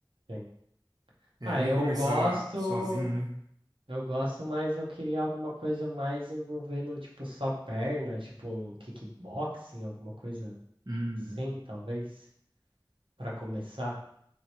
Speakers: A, on the right; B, on the right.
A: sim.
B: É
A: Ah,
B: ruim
A: eu
B: começar
A: gosto,
B: sozinho, né?
A: eu gosto, mas eu queria alguma coisa mais envolvendo, tipo, só perna, tipo um kickboxing, alguma coisa
B: Uhum.
A: assim, talvez, pra começar.